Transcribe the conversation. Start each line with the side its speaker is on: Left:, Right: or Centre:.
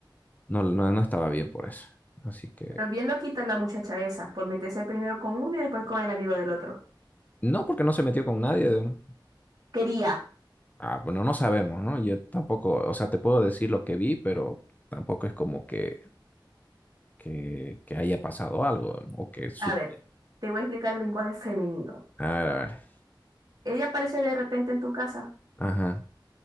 Left: no, no, no estaba bien por eso. Así que,
Right: Pero bien lo quita la muchacha esa, por meterse primero con uno y después con el amigo del otro.
Left: no, porque no se metió con nadie. de-
Right: Quería.
Left: Ah, bueno, no sabemos, ¿no? Yo tampoco, o sea, te puedo decir lo que vi, pero tampoco es como que, que, que haya pasado algo o que su-
Right: A ver, te voy a explicar el lenguaje femenino.
Left: A ver, a ver.
Right: Ella aparece de repente en tu casa,
Left: Ajá.